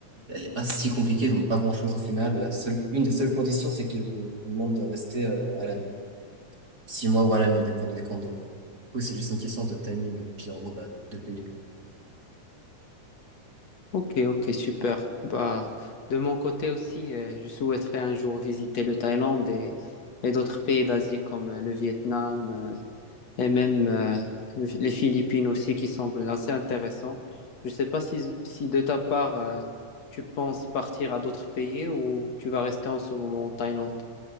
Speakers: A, on the right; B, on the left.
A: elle est pas si compliquée, donc pas grand-chose en final. La seule, une des seules conditions, c'est qu'ils vous vous demandent de rester euh, à l'année. Six mois ou à l'année, dépendant des condos. Du coup, c'est juste une question de timing. Et puis, en gros, bah, de payer.
B: Ok, ok, super. Bah, de mon côté aussi, euh, je souhaiterais un jour visiter le Thaïlande et, et d'autres pays d'Asie comme euh, le Vietnam euh, et même euh, le- les Philippines aussi qui semblent assez intéressants. Je ne sais pas si, si de ta part, euh, tu penses partir à d'autres pays ou tu vas rester en ce moment en Thaïlande.